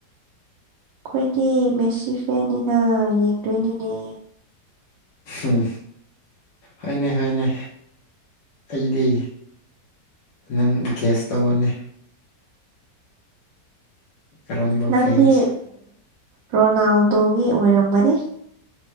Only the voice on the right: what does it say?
ꯑꯩꯈꯣꯏꯗꯤ ꯃꯦꯁꯤꯈ꯭ꯔꯦꯅꯤꯅ ꯌꯦꯡꯗꯣꯏꯅꯤꯅꯦ
ꯅꯪꯗꯤ
ꯔꯣꯅꯥꯜꯗꯣꯒꯤ ꯑꯣꯏꯔꯝꯕꯅꯤ